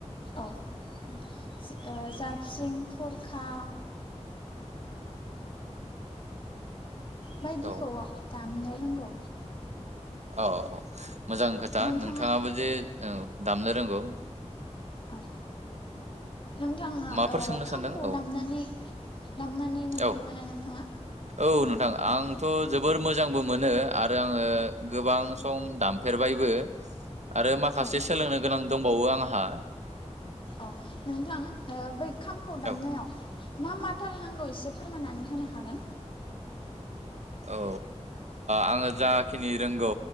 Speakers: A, on the left (about 45°); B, on the right (about 70°).
A: औ ओ जाबस्रिं थरखा बायदिखौ
B: औ
A: दामनो नोंगौ।
B: औ मोजां खोथा
A: नोंथाङा
B: नोंथाङाबो जे दामनो रोंगौ।
A: अ नोंथाङा
B: माबाफोर सोंनो
A: खामखौ
B: सानदों औ
A: दामनानै दामनानै मोनफेरबायना
B: औ
A: नोंथाङा
B: औ नोंथां
A: औ
B: आंथ' जोबोर मोजांबो मोनो आरो आङो गोबां सम दामफेरबायबो। आरो माखासे
A: औ
B: सोलोंनो गोनां दंबावो आंहा।
A: औ नोंथां बै खामखौ दामनायाव
B: औ
A: मा मा टाल नांगौ एसे फोरमायनानै होनो हागोन।
B: औ आङो जाखिनि रोंगौ